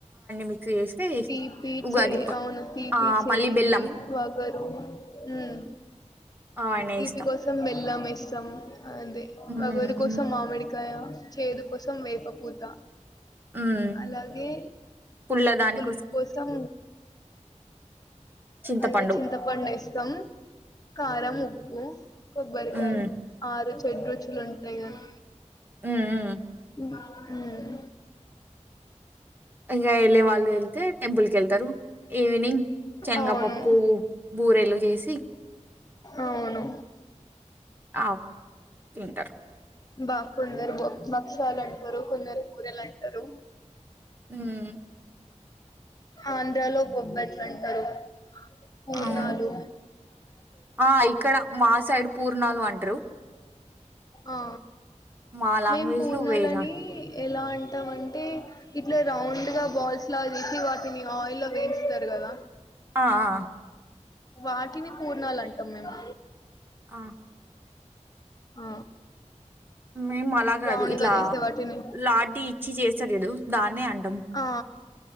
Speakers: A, on the right; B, on the left.
A: మిక్స్ చేస్తే
B: తీపి
A: ఉగాది
B: చే
A: ప
B: అవును తీపి
A: ఆ
B: చేది
A: మళ్ళీ బెల్లం
B: వగరు మ్మ్
A: అవన్నీ
B: తీపి
A: వేస్తాం
B: కోసం బెల్లం ఎస్తాం అది
A: ఉమ్
B: వగరు కోసం మామిడి కయ చేదు కోసం వేప పూతా
A: ఉమ్
B: అలాగే
A: పుల్ల దాని
B: పులుపు కోసం
A: చింతపండు
B: అదే చింతపండేస్తాం కారం ఉప్పు కొబ్బరికాయ
A: ఉమ్
B: ఆరు షేడ్రుచులు ఉంటాయి కదా
A: మ్ మ్మ్
B: మ్ మ్మ్
A: ఈగ ఏళ్ళే వాళ్ళు ఏళ్తే టెంపుల్క్ ఏళ్తారు ఈవినింగ్ చనగపప్పు
B: అవును.
A: బూరెలు జేసి
B: అవును
A: ఆ తింటారు.
B: బా కొందరు బొక్ భక్షాలు అంటారు కొందరు బూరెలాంటారు
A: హ్మ్.
B: ఆంధ్రాలో బొబ్బాట్లటారు పుర్నాలు
A: అవును. ఆ ఇక్కడ మా సైడ్ పూర్ణాలు అంట్రూ
B: ఆ
A: మా లాంగ్వేజ్‌లో
B: మేం పూర్ణాలని
A: వేరే అన్
B: ఎలా అంటాం అంటే ఇట్లా రౌండ్ గా బాల్స్ లా చేేసి వాటిని ఆయిల్లో వేయిచ్తార్ గా ఎలా
A: ఆ ఆ
B: వాటిని పూర్ణాల్ అంటాం మేము
A: ఆ!
B: ఆ
A: మేమ్ అలా కాదు
B: రౌండ్
A: ఇట్లా
B: గా చేసే వాటిని
A: లాటి ఇచ్చి చేస్తార్ చూడు దాన్నే అన్
B: ఆ